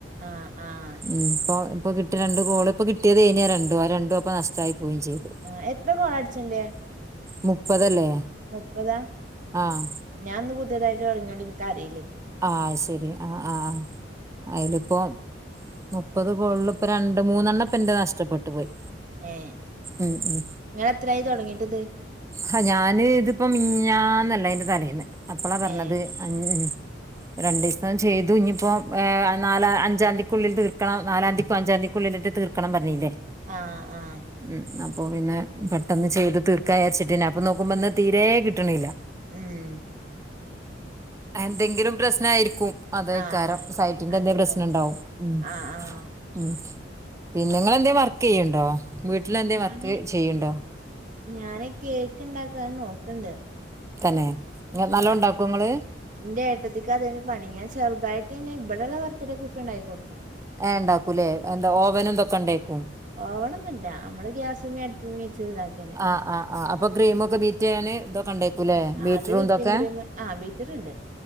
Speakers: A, on the right; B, on the right.
A: ആഹ് ആഹ്
B: ഉം ഇപ്പോ ഇപ്പൊ കിട്യാ രണ്ട് കോള് ഇപ്പകിട്ടിയതേനി ആ രണ്ടും ആ രണ്ടുപ്പം നഷ്ടായി പോയിം ചെയ്ത്
A: ആഹ് എത്ര കോളട്ച്ചെണ്ട്
B: മുപ്പതല്ലേ
A: മുപ്പതാ
B: ആഹ്
A: ഞാൻ ഇന്ന് പുതെതായിട്ട് തൊടങ്ങ്യോണ്ട് ഇൻക്കറീലീ
B: ആ ശെരി ആഹ് ആഹ് ഐല് പ്പം മുപ്പത് കോള്ള് ഇപ്പം രണ്ട് മൂന്നെണ്ണപ്പം ഇന്റെ നഷ്ടപ്പെട്ട് പോയി
A: ഏ
B: ഉം ഉം
A: ഇങ്ങളെത്രായി തൊടങ്ങീട്ട്ത്
B: ഹാ ഞാന് ഇതിപ്പോ മിഞ്ഞാന്നല്ല ഐന്റെ തലേന്ന് അപ്പളാ പർഞ്ഞത്
A: ഏ
B: അഞ് രണ്ടീസം ചെയ്തു ഇഞ്ഞിപ്പം നാലാ അഞ്ചാന്തിക്കുള്ളീ തീർക്കണം നാലാന്തിക്കും അഞ്ചാന്തി ക്കുള്ളിലെറ്റെ തീർക്കണം പറഞ്ഞീല്ലെ
A: ആഹ് ആഹ്
B: ഉം അപ്പൊ പിന്നെ പെട്ടെന്ന് ചെയ്ത് തീർക്കാചാര്ച്ചിട്ടേനി അപ്പൊ നോക്കുമ്പം ഇന്ന് തീരെ കിട്ട്ണില്ല
A: ഉം
B: എന്തെങ്കിലും പ്രശ്നായിരിക്കും അതേക്കാരം
A: ആ
B: സൈറ്റിന്റെന്തേം
A: അതേക്കാരം
B: പ്രശ്നണ്ടാവും ഉം
A: ആ ആ
B: ഉം പിന്നെ ഇങ്ങളെന്തേം വർക്കെയ്യ്ണ്ടോ വീട്ടില് എന്തേം
A: ഞാന്
B: വർക്ക് ചെയ്യ്ണ്ടോ
A: ഞാന് കേക്ക്ണ്ടാക്കാൻ നോക്ക്ണ്ട്
B: തന്നെ നല്ലോണ്ടാക്കോ
A: ആ
B: ഇങ്ങള്
A: ഇന്റെ ഏട്ടത്തിക്കതേനി പണി ഞാൻ ചെറുതായിട്ട്ങ്ങനെ ഇവടള്ള ബെർത്തിടേക്കൊക്കെ ഇണ്ടായിക്കി കൊട്ക്കും
B: ഏ ഇണ്ടാക്കൂലെ എന്താ ഓവനും ഇതൊക്കെ ഇണ്ടേക്കും
A: ഓവണൊന്നൂല്ല നമ്മള് ഗ്യാസമേ അട്പ്പ്മേ വെച്ച് ഇതാക്കന്നെ
B: ആഹ് ആഹ് ആഹ് അപ്പൊ ക്രീമൊക്കെ ബീറ്റെയ്യാന് ഇതൊക്കെ ഇണ്ടേക്കൂലെ ബീറ്ററും
A: അത് വിപ്പിംഗ്
B: ഇതൊക്കെ
A: ക്രീം ആ ബീറ്ററ്ണ്ട്